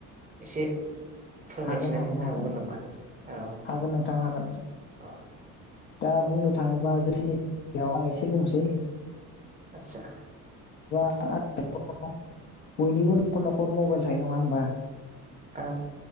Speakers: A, on the right; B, on the left.
A: एसे। फोरमायथिनानै
B: हागोन हागोन
A: होनो
B: हागोन
A: हाबावगोन नामा औ
B: हागोन नोंथां हागोन
A: अ
B: दा बुंनो थाङोबा जोथोननि बेयाव आं एसे बुंनोसै।
A: आचसा
B: बयनिबो। 'खर न'खर मबाइल थायो नङा होमबा?
A: आ